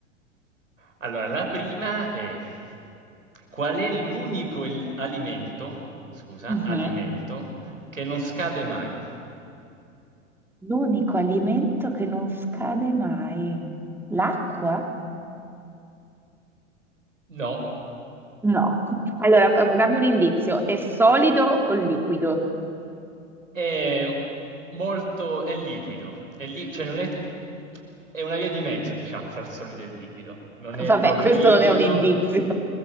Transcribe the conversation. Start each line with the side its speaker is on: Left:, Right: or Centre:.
Right: Allora, la prima è: qual è l'unico el- alimento, scusa,
Centre: Mhm.
Right: alimento che non scade mai?
Centre: L'unico alimento che non scade mai, l'acqua?
Right: No,
Centre: No. Allora, eh, dammi un indizio. È solido o liquido?
Right: è molto, è liquido, è li- cioè non è, è una via di mezzo, diciamo, fra il solido e il liquido. Non è
Centre: Vabbè,
Right: proprio
Centre: <laughs> questo
Right: liquido,
Centre: non è un indizio.